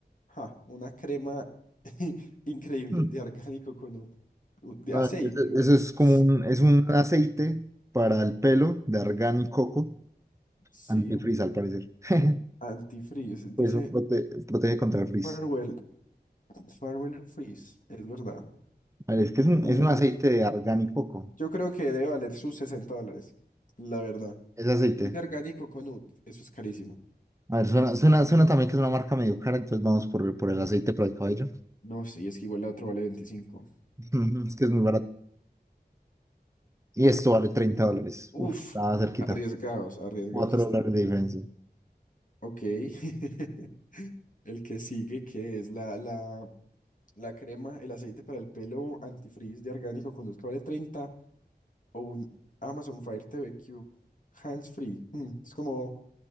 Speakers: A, on the left (about 50°); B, on the right (about 15°).
A: ja, una crema <laughs> increíble
B: hmm.
A: de orgánico con un, un- de
B: No,
A: aceite,
B: eso,
A: ¿verdad?
B: eso es como un, es
A: Mm,
B: un aceite para el pelo de argán y coco,
A: Sí,
B: antifrizz al parecer. <laughs>
A: antifreeze, dice
B: Pues prote- protege contra el frizz.
A: Farewell, Farewell Freeze, es verdad.
B: A ver, es que es un,
A: Mm,
B: es un aceite de argán y coco.
A: Yo creo que debe valer sus 60 dólares, la verdad.
B: Es aceite.
A: Dice orgánico con UT, eso es carísimo.
B: A ver, suena, suena, suena también que es una marca medio cara, entonces vamos por, por el aceite para el cabello.
A: No, sí, es que igual la otra vale veinticinco.
B: <laughs> Es que es muy barato. Y esto vale 30 dólares.
A: Uf,
B: Uf, está cerquita.
A: arriesgados, arriesgados
B: cuatro
A: están.
B: dólares de diferencia.
A: Ok. <laughs> El que sigue, que es la, la, la crema, el aceite para el pelo antifreeze de orgánico con UT que vale 30 o un Amazon Fire TV Cube hands free. Mm, es como